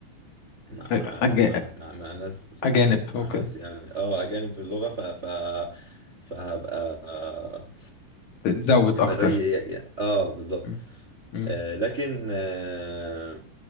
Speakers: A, on the right; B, on the left.
A: مع
B: أج...
A: مع مع مع ناس
B: اجانب
A: مع
B: ممكن
A: ناس يعني اه اجانب في اللغه ف ف فهبقى
B: تزود
A: هبقى
B: اكتر
A: زي يعني اه بالظبط
B: م- م.
A: آه لكن آه